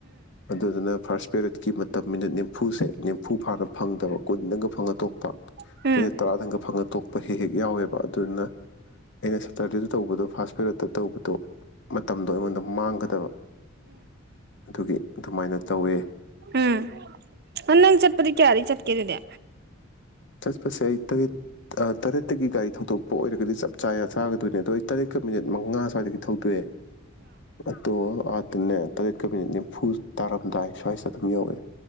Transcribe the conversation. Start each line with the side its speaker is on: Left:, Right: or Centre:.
Left: ꯑꯗꯨꯗꯨꯅ ꯐꯥꯔꯁ ꯄꯦꯔꯤꯠ ꯤ ꯃꯇꯝꯅꯤꯅ ꯅꯦꯝꯝꯐꯨꯁꯦ ꯅꯦꯝꯝꯐꯨ ꯐꯥꯅ ꯐꯪꯗꯕ ꯀꯨꯟꯗꯒ ꯐꯉ
Right: ꯎꯝ ꯎꯝ
Left: ꯃꯤꯅꯤꯠ ꯇꯔꯥꯗꯪꯒ ꯐꯪꯉ ꯇꯣꯛꯄ ꯍꯦꯛ ꯍꯦꯛ ꯌꯥꯎꯋꯦꯕ ꯑꯗꯨꯗꯨꯅ ꯑꯩꯅ ꯁꯇꯔꯗꯦꯗ ꯇꯧꯕꯗꯣ ꯐꯥꯔꯁ ꯐꯦꯔꯠꯇ ꯇꯧꯕꯗꯣ ꯃꯇꯝꯗꯣ ꯑꯩꯉꯣꯟꯗ ꯃꯥꯡꯒꯗꯕ ꯑꯗꯨꯒꯤ ꯑꯗꯨꯃꯥꯏꯅ ꯇꯧꯋꯦ
Right: ꯎꯝ ꯑꯅꯪ ꯆꯠꯄꯗꯤ ꯀꯌꯥꯗꯒꯤ ꯆꯠ ꯀꯦꯗꯨꯗꯤ
Left: ꯆꯠꯄꯁꯦ ꯑꯩ ꯇꯔꯦꯠ ꯇꯔꯦꯠꯇꯒꯤ ꯒꯥꯔꯤ ꯊꯧꯗꯣꯛꯄ ꯑꯣꯏꯔꯒꯗꯤ ꯆꯞ ꯆꯥ ꯌꯥ ꯆꯥꯒꯗꯣꯏꯅꯦ ꯑꯗꯣ ꯑꯩ ꯇꯔꯦꯠꯀ ꯃꯤꯅꯤꯠ ꯃꯉꯥ ꯁ꯭ꯋꯥꯏꯗꯒꯤ ꯊꯧꯇꯣꯏꯅꯦ ꯑꯗꯣ ꯇꯔꯦꯠꯀ ꯃꯤꯅꯠ ꯅꯤꯐꯨ ꯇꯔꯝꯗꯥ ꯁ ꯑꯗꯨꯝ ꯌꯧꯋꯦ